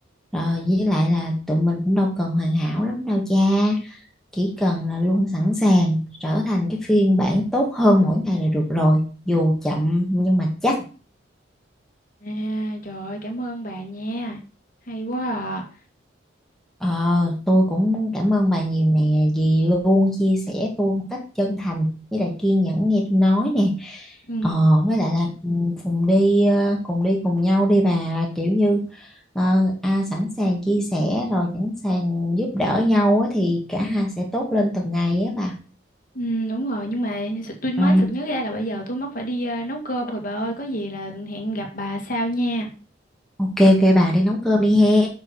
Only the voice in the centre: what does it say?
Rồi với lại là tụi mình cũng đâu cần hoàn hảo lắm đâu cha. Chỉ cần là luôn sẵn sàng trở thành cái phiên bản tốt hơn mỗi ngày là được rồi. Dù chậm nhưng mà chắc.
Ờ, tôi cũng cảm ơn bà nhiều nè vì luôn chia sẻ tôi một cách chân thành với lại kiên nhẫn nghe tôi nói nè
ờ, với lại là cùng cùng đi ờ, cùng đi cùng nhau đi bà kiểu như ờ, à, sẵn sàng chia sẻ rồi sẵn sàng giúp đỡ nhau á, thì cả hai sẽ tốt lên từng ngày á bà
Ừ.
ok ok bà đi nấu cơm đi he